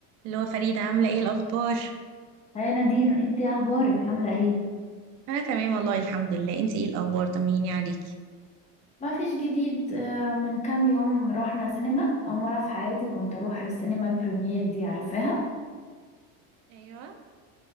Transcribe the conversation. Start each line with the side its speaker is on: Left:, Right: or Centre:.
Right: اللي هو فريدة عاملة ايه الأخبار؟
Left: هاي نادين انت اخبارك عامله ايه
Right: أنا تمام والله الحمد لله انتي ايه الأخبار طمنيني عليكي
Left: ما فيش جديد آه، من كام يوم رحنا سينما اول مره في حياتي كنت اروح السينما البريمير دي عارفاها
Right: أيوة